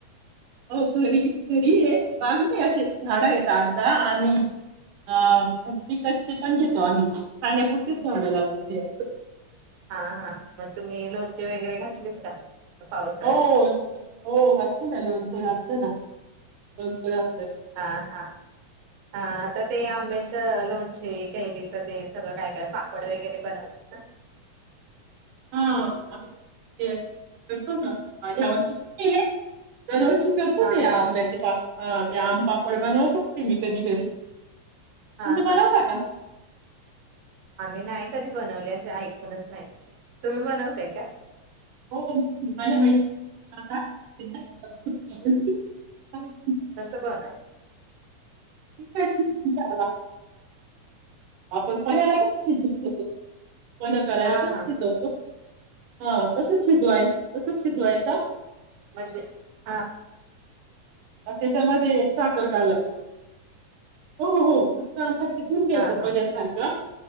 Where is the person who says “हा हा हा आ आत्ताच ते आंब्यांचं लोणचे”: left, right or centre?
Right